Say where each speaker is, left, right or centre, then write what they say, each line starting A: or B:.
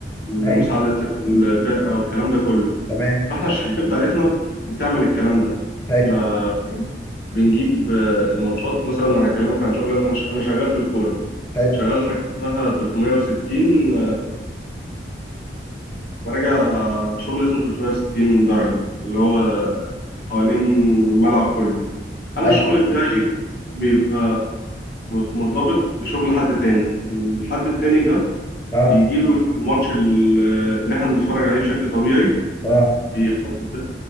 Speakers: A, on the left (about 55°); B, on the left (about 15°).
A: لمساعدة
B: ايوه
A: الفرقة والكلام ده كله
B: تمام
A: فإحنا الشركة بتاعتنا بت- بتعمل الكلام ده
B: حلو
A: إحنا بنجيب آه، الماتشات مثلا أنا أكلمك عن شغل أنا ش- أنا شغال في الكورة
B: حلو
A: شغال حاجة اسمها 360 براجع شغل اسمه 360 درجة اللي هو حوالين الملعب كله أنا
B: ايوه
A: الشغل بتاعي بيبقى مرتبط بشغل حد تاني الحد التاني ده
B: اه
A: بيجيله الماتش ال- اللي احنا بنتفرج عليه بشكل طبيعي
B: اه
A: بيحط